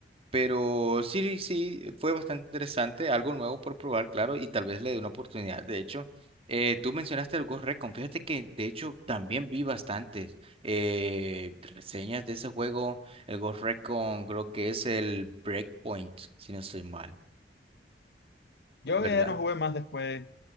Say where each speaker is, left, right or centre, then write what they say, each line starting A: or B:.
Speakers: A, on the right; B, on the left.
A: Pero sí, sí, fue bastante interesante, algo nuevo por probar, claro, y tal vez le dé una oportunidad. De hecho, eh, tú mencionaste el Ghost Recon, fíjate que de hecho también vi bastantes eh, reseñas de ese juego. El Ghost Recon creo que es el Breakpoint, si no estoy mal,
B: Yo
A: ¿verdad?
B: ya no jugué más después